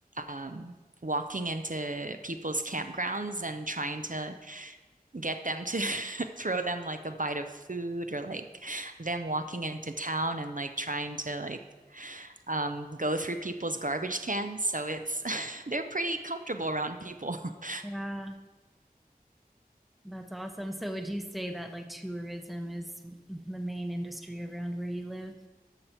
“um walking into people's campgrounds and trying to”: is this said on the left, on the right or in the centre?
Right